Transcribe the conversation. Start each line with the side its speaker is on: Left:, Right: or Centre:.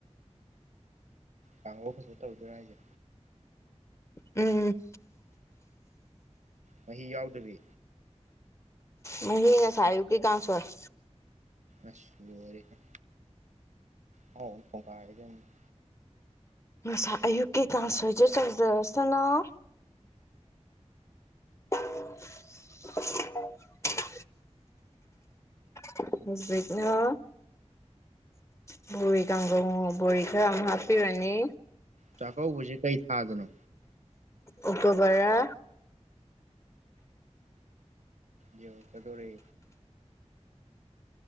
Right: ꯀꯥꯡꯕꯨ ꯐꯖ ꯇꯧꯗꯣꯏꯔ ꯍꯥꯏꯁꯦ
Left: ꯎꯝ
Right: ꯃꯍꯤ ꯌꯥꯎꯗꯕꯤ
Left: ꯃꯍꯤ ꯉꯁꯥꯏ ꯑꯌꯨꯛꯀꯤ ꯀꯥꯡꯁ‌ꯣꯏ
Right: ꯑꯁ ꯂ‌ꯣꯏꯔ‌ꯦꯍ‌ꯦ ꯑꯍꯥꯎ ꯑꯃ ꯊ‌ꯣꯡꯒꯥꯏꯔꯗꯧꯅ
Left: ꯉꯁꯥꯏ ꯑꯌꯨꯛꯀꯤ ꯀꯥꯡꯁꯣꯏꯗꯨ ꯁꯧꯖꯔꯁꯅ‌ꯣ <unintelligible> <unintelligible> ꯀꯥꯡꯒꯧ ꯕꯣꯔꯤ ꯈꯔ ꯑꯃ ꯍꯥꯞꯄꯤꯔꯅꯤ
Right: ꯆꯥꯛꯀꯧꯕꯁꯤ ꯀꯩ ꯊꯥꯗꯅꯣ
Left: ꯑꯣꯛꯇ‌ꯣꯕꯔ
Right: ꯌꯧꯔꯛꯀꯗꯧꯔꯦ